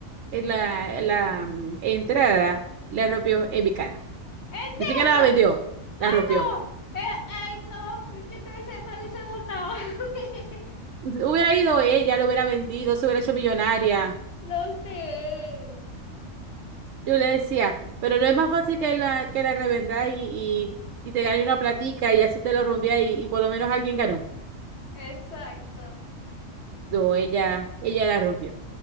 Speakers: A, on the right; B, on the left.
A: en la, la mm, entrada, la rompió en mi cara.
B: ¿En
A: Ni
B: serio?
A: siquiera la vendió,
B: ¡Ay,
A: la rompió.
B: no! Eh, ¡Ay, no! pues Yo te hubiese, me lo hubiese donado. <laughs>
A: Hubiera ido ella, lo hubiera vendido, se hubiera hecho millonaria.
B: No sé.
A: Yo le decía, pero no es más fácil que la, que la revenda y, y, y te gane una platica y así te lo rompía y, y por lo menos alguien ganó.
B: Exacto.
A: No, ella, ella la rompió.